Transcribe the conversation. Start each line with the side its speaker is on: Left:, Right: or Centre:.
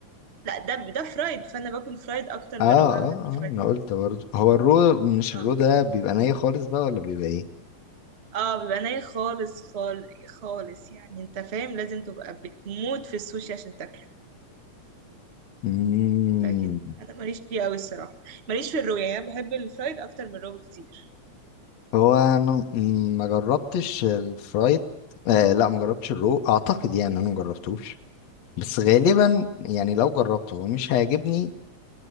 Right: لا ده ده فرايد فانا باكل فرايد اكتر
Left: اه
Right: من الرو انا
Left: اه
Right: بحب الفرايد
Left: اه انا قلت برضه هو الرو مش
Right: اه
Left: الرو ده بيبقى ني خالص بقى ولا بيبقى ايه
Right: اه بيبقى ني خالص خال خالص يعني انت فاهم لازم تبقى بتموت في السوشي عشان تاكله
Left: مم.
Right: لكن انا ماليش فيه قوي الصراحة ماليش في الرو يعني انا بحب الفرايد اكتر من الرو بكتير
Left: هو انا م- ما جربتش الفرايد آه لا ما جربتش الرو اعتقد يعني انا ما جربتوش بس غالبا يعني لو جربته هو مش هيعجبني